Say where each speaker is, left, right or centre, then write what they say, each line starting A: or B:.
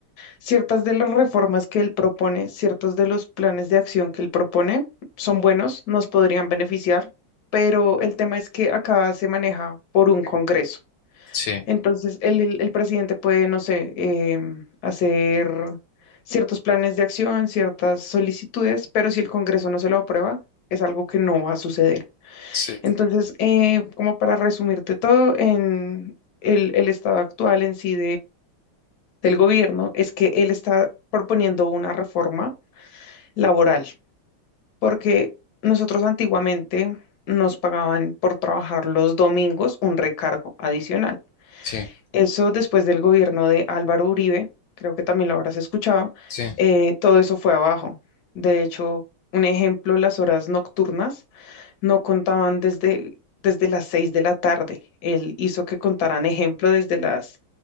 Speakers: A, on the left; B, on the left.
A: Ciertas de las reformas que él propone, ciertos de los planes de acción que él propone son buenos, nos podrían beneficiar, pero el tema es que acá se maneja por un Congreso.
B: Sí,
A: Entonces, el, el- el presidente puede, no sé, em, hacer ciertos planes de acción, ciertas solicitudes, pero si el Congreso no se lo aprueba, es algo que no va a suceder.
B: sí,
A: Entonces, eh, como para resumirte todo, en el, el estado actual en sí del gobierno es que él está proponiendo una reforma laboral, porque nosotros antiguamente nos pagaban por trabajar los domingos un recargo adicional.
B: sí,
A: Eso después del gobierno de Álvaro Uribe, creo que también lo habrás escuchado,
B: sí.
A: eh, todo eso fue abajo. De hecho, un ejemplo, las horas nocturnas no contaban desde, desde las seis de la tarde. Él hizo que contaran ejemplo desde las